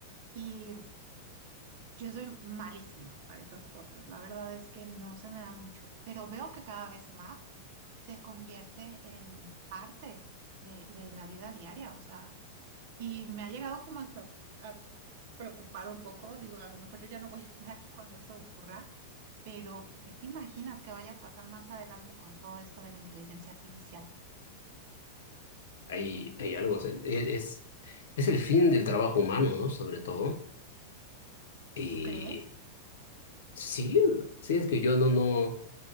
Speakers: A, on the right; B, on the left.
A: y yo soy malísima para esas cosas. La verdad es que no se me da mucho, pero veo que cada vez más se convierte en parte de, de la vida diaria, o sea, y me ha llegado como hasta a preocupar un poco. Digo, a lo mejor yo ya no voy a estar aquí cuando eso ocurra Pero, ¿qué te imaginas que vaya a pasar más adelante con todo esto de la inteligencia artificial?
B: Hay, hay algo, o sea, e- es, es el fin del trabajo humano, ¿no? Sobre todo. Y
A: ¿Tú crees?
B: sí, sí, es que yo no, no,